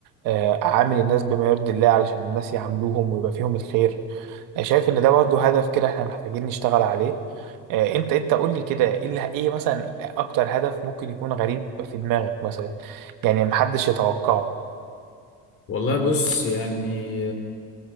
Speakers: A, on the right (about 65°); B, on the left (about 40°).
A: آه، اعامل الناس بما يرضي الله علشان الناس يعاملوهم ويبقى فيهم الخير شايف ان ده برضه هدف كده احنا محتاجين نشتغل عليه آه، انت انت قول لي كده ايه اللي ايه مثلا اكتر هدف ممكن يكون غريب في دماغك مثلا يعني محدش يتوقعه
B: والله بص يعني